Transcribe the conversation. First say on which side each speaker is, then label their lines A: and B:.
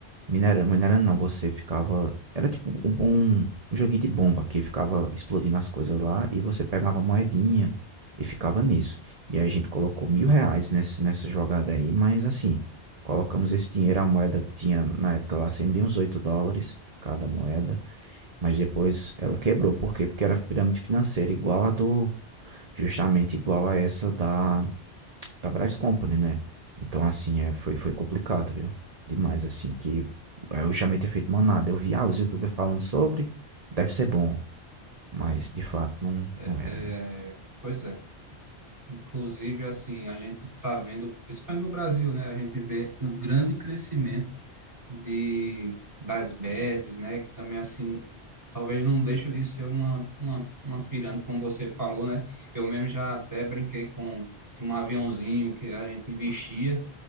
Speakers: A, on the right; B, on the right.
A: minerando, minerando não, você ficava, era tipo um, um, um joguinho de bomba que ficava explodindo as coisas lá e você pegava moedinha e ficava nisso. E aí a gente colocou mil reais nesse, nessa jogada aí, mas assim, colocamos esse dinheiro, a moeda tinha na época lá sempre uns 8 dólares cada moeda. Mas depois ela quebrou. Por quê? Porque era pirâmide financeira igual a do, justamente igual a essa da, da Brás Company, né? Então, assim, é, foi, foi complicado, viu? Demais, assim, que é, eu chamei ter feito manada. Eu vi, ah, os YouTubers falando sobre, deve ser bom, mas de fato não,
B: é,
A: não era,
B: é,
A: né?
B: pois é. Inclusive, assim, a gente está vendo, principalmente no Brasil, né? A gente vê um grande crescimento de, das bets, né? Que também, assim, talvez não deixe de ser uma, uma, uma pirâmide, como você falou, né? Eu mesmo já até brinquei com tinha um aviãozinho que a gente investia